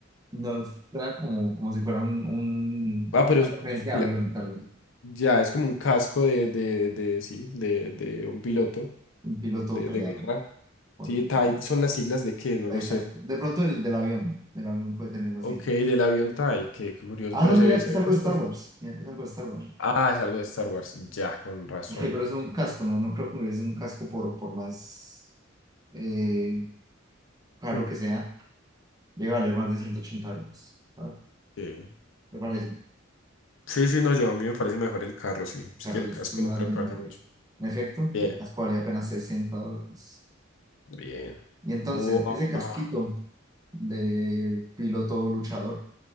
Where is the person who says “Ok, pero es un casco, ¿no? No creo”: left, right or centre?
Right